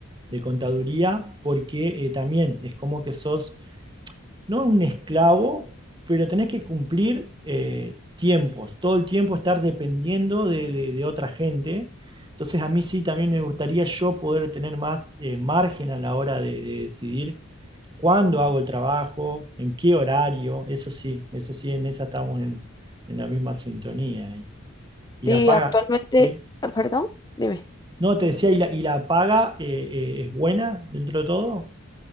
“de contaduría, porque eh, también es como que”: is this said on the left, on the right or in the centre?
Right